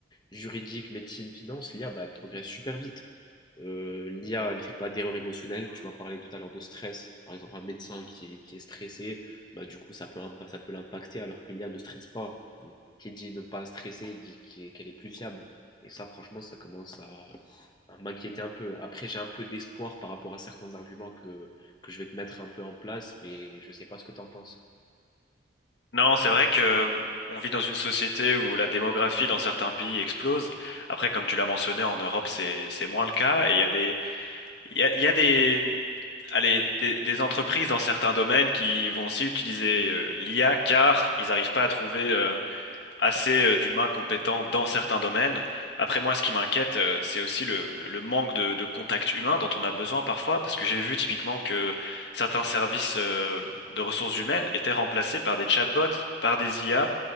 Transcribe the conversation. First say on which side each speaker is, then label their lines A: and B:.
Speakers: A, on the left; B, on the left.
A: juridique, médecine, finance, l'IA, bah, elle progresse super vite. Euh, l'IA, elle fait pas d'erreur émotionnelle. Tu m'as parlé tout à l'heure de stress. Par exemple, un médecin qui est, qui est stressé, bah, du coup, ça peut, impa- ça peut l'impacter alors que l'IA ne stresse pas. Donc, qui dit ne pas stresser, dit qu'elle est, qu'elle est plus fiable. Et ça, franchement, ça commence à, hein, m'inquiéter un peu. Après, j'ai un peu d'espoir par rapport à certains arguments que, que je vais te mettre un peu en place, mais je ne sais pas ce que tu en penses.
B: Non, c'est vrai que euh, on vit dans une société où la démographie dans certains pays explose. Après, comme tu l'as mentionné, en Europe, c'est c'est moins le cas. Et il y a des il y a, il y a des allez des, des entreprises dans certains domaines qui vont aussi utiliser euh, l'IA car ils n'arrivent pas à trouver euh, assez euh, d'humains compétents dans certains domaines. Après moi, ce qui m'inquiète, euh, c'est aussi le, le manque de, de contact humain dont on a besoin parfois, parce que j'ai vu typiquement que certains services euh, de ressources humaines étaient remplacés par des chatbots, par des IA,